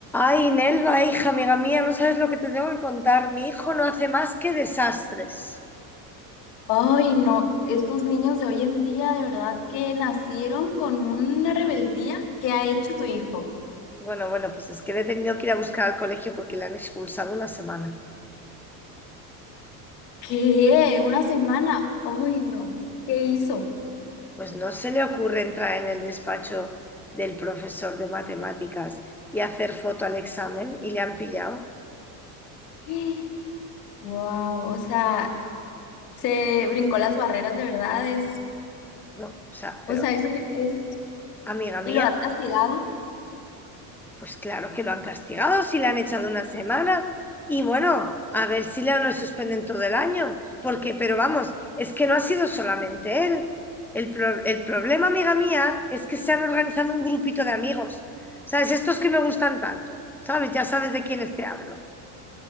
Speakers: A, in the centre; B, on the left (about 80°).
A: Ay, Nelva, hija, amiga mía, no sabes lo que te tengo que contar. Mi hijo no hace más que desastres.
B: Ay, no, estos niños de hoy en día de verdad que nacieron con una rebeldía. ¿Qué ha hecho tu hijo?
A: Bueno, bueno, pues es que le he tenido que ir a buscar al colegio porque le han expulsado una semana.
B: ¿Qué? ¿Una semana? Ay, no, ¿qué hizo?
A: Pues no se le ocurre entrar en el despacho del profesor de matemáticas y hacer foto al examen y le han pillado.
B: <gasps> Wow, o sea, se brincó las barreras de verdad, es,
A: No, o sea,
B: o
A: pero
B: sea, es, es,
A: amiga mía.
B: y lo has castigado.
A: Pues claro que lo han castigado si le han echado una semana. Y bueno, a ver si le no suspenden todo el año. Porque, pero vamos, es que no ha sido solamente él. El, pro- el problema, amiga mía, es que se han organizado un grupito de amigos. ¿Sabes? Estos que me gustan tanto. ¿Sabes? Ya sabes de quiénes te hablo.